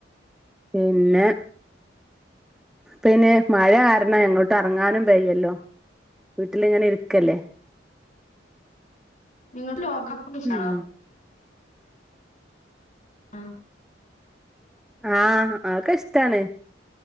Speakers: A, in the centre; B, on the left.
A: പിന്നെ പിന്നെ മഴ കാരണം എങ്ങോട്ട് എറങ്ങാനും വയ്യല്ലോ വീട്ടിലിങ്ങനെ ഇരിക്കല്ലേ.
B: നിങ്ങൾ ക്ക് ലോകകപ്പ് ഒക്കെ ഇഷ്ടാണോ?
A: ഉം
B: ആ
A: ആ അതൊക്കെ ഇഷ്ടാണ്